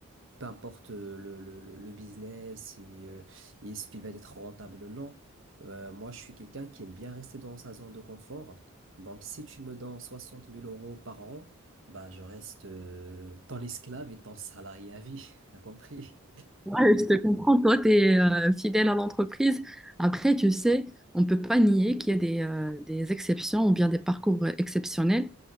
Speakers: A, on the right; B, in the centre.
A: peu importe euh, le, le, le le business et, euh, et est-ce qu'il va être rentable ou non. Euh, moi, je suis quelqu'un qui aime bien rester dans sa zone de confort. Donc, si tu me donnes 60 000 euros par an, bah, je reste euh, ton esclave et ton salarié à vie. <laughs> T'as compris?
B: Ouais, je te comprends, toi, tu es fidèle à l'entreprise. Après, tu sais, on ne peut pas nier qu'il y a des, euh, des exceptions ou bien des parcours euh, exceptionnels.